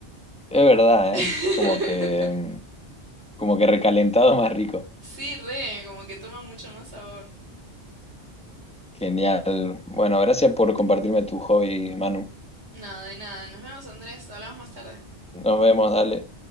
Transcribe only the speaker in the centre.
Es verdad,
¿eh? Como que, mm, como que recalentado más rico.
Genial. Bueno, gracias por compartirme tu hobby, Manu.
Nos vemos, dale.